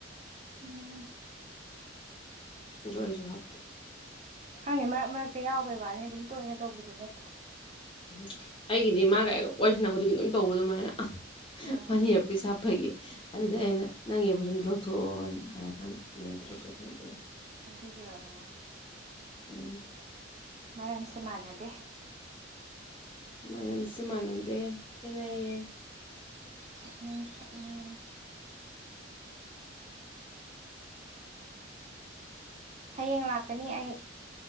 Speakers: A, on the right; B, on the left.
A: ꯎꯝ
B: ꯗꯣ ꯑꯩꯖꯨ ꯍꯥꯞꯇꯦ
A: ꯈꯪꯗꯦ ꯃꯥꯔꯝ ꯃꯔꯛꯇ ꯌꯥꯎꯕꯩ ꯋꯥꯅꯦ ꯑꯗꯨꯝ ꯇꯣꯏꯅ ꯇꯧꯕꯗꯤ ꯅꯠꯇꯦ
B: ꯎꯝ ꯑꯩꯒꯤꯗꯤ ꯃꯥꯒ ꯍꯦꯛ ꯋꯥꯔꯤꯁꯥꯟꯅ ꯈꯨꯗꯤꯡꯒꯤ ꯑꯗꯨꯝ ꯇꯧꯕ ꯑꯗꯨꯃꯥꯏꯅ
A: ꯑꯣ
B: ꯃꯅꯥ ꯏꯔꯄꯤꯁ ꯍꯥꯞꯄꯒꯤ ꯑꯗꯨꯗꯩ ꯑꯩꯅ ꯅꯪꯒꯤꯏꯌꯔꯄꯤꯁꯗꯣ ꯑꯝ ꯂꯧꯊꯣꯛꯑꯣ ꯅ ꯍꯥꯏꯅ ꯍꯥꯏꯔ ꯀꯥꯟꯗ ꯃꯌꯦꯛꯦꯞꯄ ꯂꯧꯊꯣꯛꯑꯀꯥꯟꯗ ꯑꯣꯏꯔꯦ
A: ꯑꯗꯨꯒꯤ ꯑꯣꯏꯔꯝꯃꯥꯅꯤ
B: ꯎꯝ
A: ꯃꯔꯝꯁ ꯁꯦ ꯃꯥꯟꯅꯗꯦ
B: ꯃꯔꯝꯁꯦ ꯃꯥꯟꯅꯗꯦ ꯈꯦꯅꯩꯌꯦ
A: ꯈꯦꯠꯅꯩ ꯈꯦꯠꯅꯩ ꯍꯌꯦꯡ ꯂꯥꯛꯀꯅꯤ ꯑꯩ